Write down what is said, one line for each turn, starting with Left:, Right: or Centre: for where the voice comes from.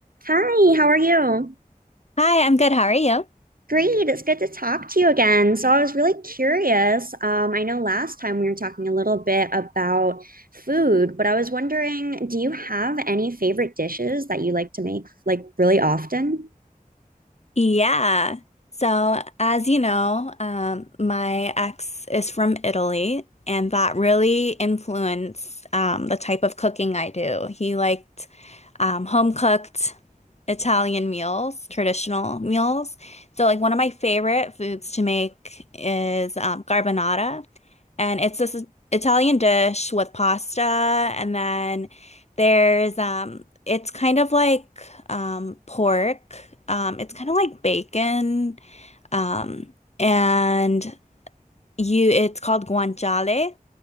Right: Hi, how are you?
Left: Hi, I'm good. How are you?
Right: Great, it's good to talk to you again. So, I was really curious. Um, I know last time we were talking a little bit about food, but I was wondering, do you have any favorite dishes that you like to make like really often?
Left: Yeah. So, as you know, um, my ex is from Italy, and that really influenced um, the type of cooking I do. He liked um, home cooked. Italian meals, traditional meals. So like one of my favorite foods to make is um, carbonara, and it's this Italian dish with pasta, and then there's um, it's kind of like um, pork. Um, it's kind of like bacon, um, and you. It's called guanciale.